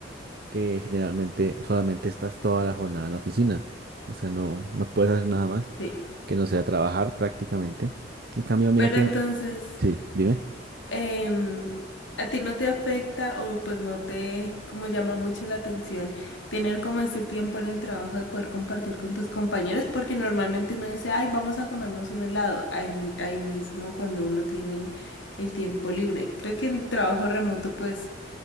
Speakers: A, on the right; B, on the left.
A: que generalmente solamente estás toda la jornada en la oficina. O sea, no, no puedes hacer nada más
B: sí.
A: que no sea trabajar prácticamente. En cambio, mira
B: Pero
A: que...
B: entonces,
A: Sí, dime.
B: em, ¿a ti no te afecta o pues no te como llama mucho la atención tener como ese tiempo en el trabajo de poder compartir con tus compañeros? Porque normalmente uno dice, ay, vamos a comernos un helado ahí, mi- ahí mismo cuando uno tiene el tiempo libre. Creo que en trabajo remoto pues